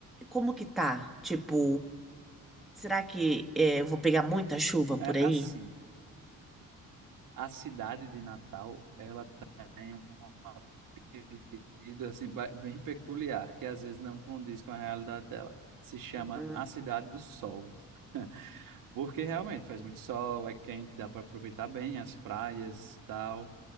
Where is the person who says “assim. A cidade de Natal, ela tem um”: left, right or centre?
Right